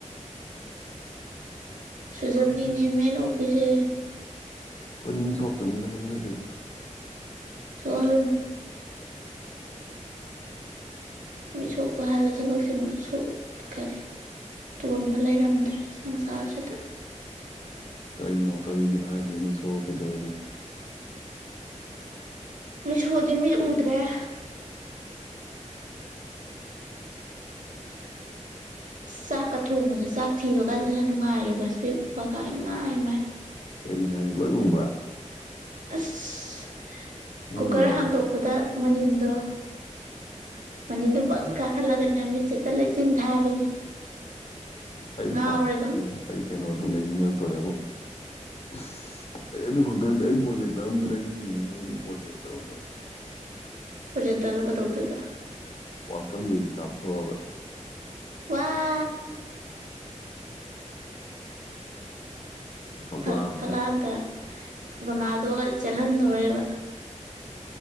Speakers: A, on the right; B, on the left.
A: ꯁꯨꯖꯝꯅꯤꯅꯦꯃꯦ
B: ꯈꯪꯖꯗꯦꯗ
A: ꯑꯩꯅꯥ ꯎꯞꯄꯤꯖꯦ
B: ꯑꯩꯈꯣꯏꯗꯤ ꯃꯤꯠ ꯁꯣꯛꯇꯝꯅꯤꯅꯥ ꯈꯪꯖꯗꯦꯗꯥ
A: ꯁꯣꯂꯨꯟ ꯃꯤꯠ ꯁꯣꯛꯄ ꯍꯥꯏꯕ ꯊꯕꯛꯁꯤꯃꯨꯛ ꯁ‌ꯣꯛ ꯀꯔꯤ ꯇꯣꯟꯕ ꯂꯩꯔꯝꯗ꯭ꯔꯦ ꯁꯪꯁꯥꯔꯁꯤꯗ
B: ꯀꯩꯅꯣ ꯀꯔꯤꯒꯤꯅꯣ ꯍꯥꯏꯖꯤ ꯃꯤꯠ ꯁꯣꯛ ꯀꯩꯗꯧꯔꯒꯦ
A: ꯃꯤꯠ ꯁ‌ꯣꯑꯗꯤ ꯃꯤ ꯎꯗ꯭ꯔ‌ꯦ
B: <unintelligible>
A: ꯆꯥꯛꯀ ꯊꯣꯡꯕꯗ ꯆꯥꯛ ꯊꯤꯕ ꯀꯥꯟꯁꯤꯅ ꯅꯨꯡꯉꯥꯏꯔꯤꯕ ꯁ꯭ꯄ‌ꯦꯛ ꯎꯞꯄꯒ ꯏꯃꯥꯏ ꯏ ꯃꯥꯏ
B: ꯑꯩꯒꯤꯅ‌ꯦ ꯍꯥꯏꯗꯤ ꯂꯣꯏ ꯎꯕ꯭ꯔꯥ
A: ꯑꯁ
B: ꯃꯅꯨꯡꯗ
A: ꯀꯨꯀꯔ
B: ꯌꯥꯎꯕꯗꯣ
A: ꯍꯥꯡꯗꯣꯛꯄꯗ ꯃꯅꯤꯟꯗ‌ꯣ ꯃꯅꯤꯟꯗ‌ꯣ ꯕꯪ ꯀꯥ ꯈꯜꯂꯒꯅꯦ ꯃꯤꯠꯁꯦ ꯍ‌ꯦꯠꯇ ꯂꯩꯆꯤꯟ ꯊꯥꯕꯤꯅꯤ
B: ꯑꯩ
A: ꯉꯥꯎꯔꯦ
B: ꯄꯥꯝꯕ
A: ꯑꯗꯨꯝ
B: <unintelligible> ꯑꯩ ꯀꯩꯅꯣꯗ‌ꯣ ꯂꯩꯅꯤꯡꯉꯛꯇꯣꯔꯦꯕ‌ꯣ ꯎꯁ ꯑꯩ ꯑꯗꯨ ꯈꯛꯇ ꯅꯗ‌ꯦ ꯑꯩ ꯄ꯭ꯔꯣꯖꯦꯛꯇꯔ ꯑꯝꯁꯨ ꯂꯩꯅꯤꯡꯉꯤꯕꯅꯤꯅꯦ ꯑꯩꯕꯨ ꯄ꯭ꯔꯣꯖꯦꯛ ꯇꯧꯔꯝꯕ ꯑꯁ
A: ꯄ꯭ꯔꯣꯖꯦꯛꯇꯔꯗ‌ꯣ ꯀꯗꯧꯗꯣꯏꯕ
B: ꯋꯥꯜ ꯀꯝ ꯌꯦꯡꯒ‌ꯦ ꯀꯥꯝꯊ‌ꯣꯛꯑꯒ
A: ꯋꯥ
B: ꯐꯛꯂꯥꯡꯉꯤ
A: ꯐꯛ ꯐꯛꯂꯥꯡꯗ ꯔꯣꯅꯥꯜꯗꯣꯒ ꯆꯦꯜꯍꯟꯗꯣꯔꯦꯕ